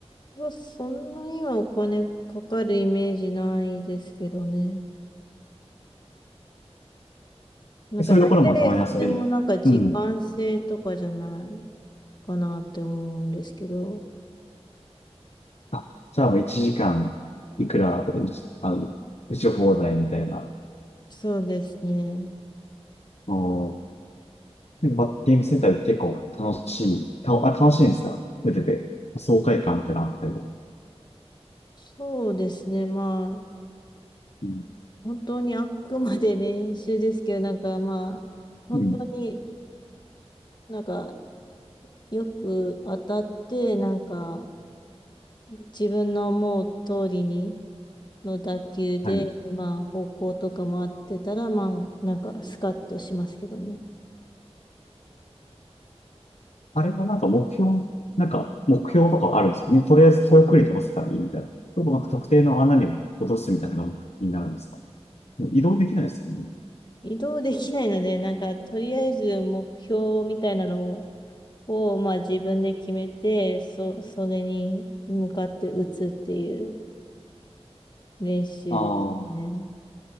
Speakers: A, on the left; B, on the left.
A: はそんなにはお金かかるイメージないですけどね。なんか大体それもなんか時間制とかじゃない
B: でそういうところもたまに遊びに。うん。
A: かなって思うんですけど。
B: あ、じゃあもう1時間いくら打ち、あの、打ち放題みたいな。
A: そうですね。
B: おーなんかバッティングセンターで結構楽しい、た、あ、楽しいんですか打てて。爽快感みたいなのあったりとか。
A: そうですね。まあ、
B: うん
A: 本当にあくまで練習ですけど、なんかまあ、本当に
B: うん
A: なんかよく当たって、なんか自分の思う通りにの打球で、
B: はい。
A: まあ、方向とかも合ってたら、まあ、なんかスカッとしますけどね。
B: あれもなんか目標、なんか目標とかあるんですかね。とりあえず遠くに飛ばせたらいいみたいな。ちょっとなんか特定の穴に落とすみたいなのが目的になるんですか。もう移動できないですかね。
A: 移動できないので、なんか、とりあえず目標みたいなのを、をまあ、自分で決めて、そ、それに向かって打つっていう練習ですね。
B: ああ、